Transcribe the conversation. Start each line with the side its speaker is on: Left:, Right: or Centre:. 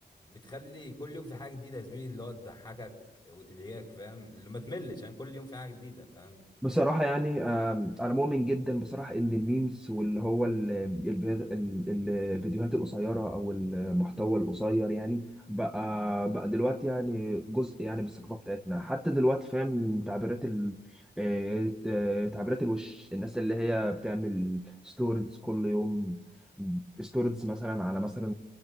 Left: بتخلي كل يوم في حاجه جديده يا زميلي اللي هو تضحكك وتبهجك فاهم اللي ما تملش يعني كل يوم في حاجه جديده فاهم
Centre: بصراحة يعني آم، أنا مؤمن جدا بصراحة إن الميمز واللي هو ال- الفيديو- ال- الفيديوهات القصيرة أو المحتوى القصير يعني بقى بقى دلوقتي يعني جزء يعني من الثقافة بتاعتنا حتى دلوقتي فاهم تعبيرات ال آه، آه، تعبيرات الوش الناس اللي هي بتعمل ستوريز كل يوم ستوريز مثلا على مثلا